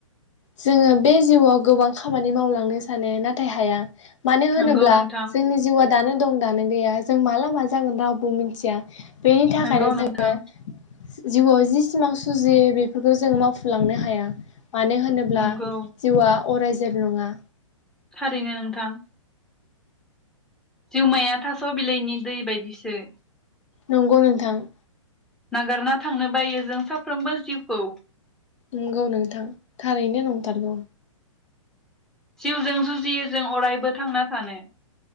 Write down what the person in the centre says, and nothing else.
नोंगौ नोंथां
नोंगौ
नोंथां
नोंगौ
थारैनो नोंथां। जिवमाया थास' बिलाइनि दै बायदिसो।
नागारना थांनो बायो जों साफ्रोमबो जिउखौ।
जिउजों जुजियो जों अरायबो थांना थानो